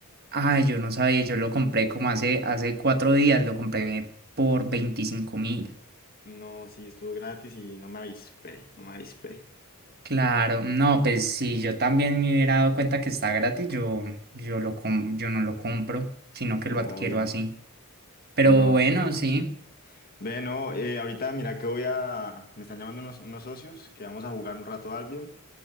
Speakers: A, on the right (about 45°); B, on the left (about 45°).
A: Ay, yo no sabía, yo lo compré como hace, hace cuatro días, lo compré por veinticinco mil.
B: No, sí, estuvo gratis y no me avispé, no me avispé.
A: Claro, no, pues si yo también me hubiera dado cuenta que está gratis, yo, yo, lo com- yo no lo compro, sino que
B: Obvio.
A: lo adquiero así. Pero
B: No,
A: bueno,
B: sí.
A: sí,
B: Ve, no, eh, ahorita mira que voy a. Me están llamando unos, unos socios que vamos a jugar un rato Albion.